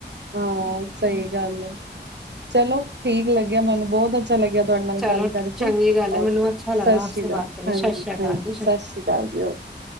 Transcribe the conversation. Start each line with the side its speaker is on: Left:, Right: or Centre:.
Right: ਹਾਂ, ਸਹੀ ਗੱਲ ਹੈ ਚਲੋ ਠੀਕ ਲੱਗਿਆ ਮੈਨੂੰ ਬਹੁਤ ਅੱਛਾ ਲੱਗਿਆ ਤੁਹਾਡੇ ਨਾਲ
Centre: ਚਲੋ
Right: ਗੱਲ ਕਰਕੇ
Centre: ਚੰਗੀ ਗੱਲ ਹੈ
Right: ਓਕੇ
Centre: ਮੈਨੂੰ ਅੱਛਾ ਲਗਾ
Right: ਸਤਿ ਸ਼੍ਰੀ
Centre: ਆਪ ਸੇ
Right: ਅਕਾਲ
Centre: ਬਾਤ ਕਰਕੇ
Right: ਹਾਂਜੀ,
Centre: ਸਤਿ ਸ੍ਰੀ ਅਕਾਲ
Right: ਹਾਂਜੀ
Centre: ਜੀ
Right: ਸਤਿ ਸ੍ਰੀ ਅਕਾਲ ਜੀ ਓਕੇ